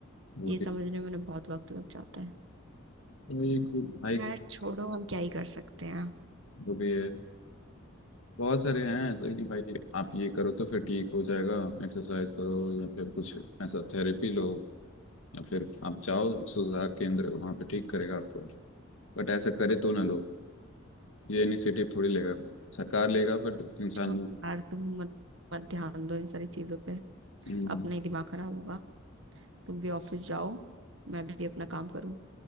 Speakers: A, on the left; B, on the right.
A: वो
B: ये समझने
A: भी-
B: में उन्हें बहुत वक्त लग जाता है
A: तो ये कोई- भाई
B: खैर छोड़ो हम क्या ही कर सकते हैं
A: वो भी है बहुत सारे हैं ऐसे कि भाई आप ये करो तो फिर ठीक हो जाएगा एक्सरसाइज करो या फिर कुछ ऐसा थेरेपी लो या फिर आप जाओ सुधार केंद्र वहाँ पे ठीक करेगा आपको बट ऐसा करे तो ना लोग ये इनिशिएटिव थोड़ी लेगा सरकार लेगा बट इंसान
B: छोड़ो यार तुम मत मत ध्यान दो इन सारी चीजों पे
A: हम्म,
B: अपना ही दिमाग खराब होगा तुम भी ऑफिस जाओ मैं भी अपना काम करूँ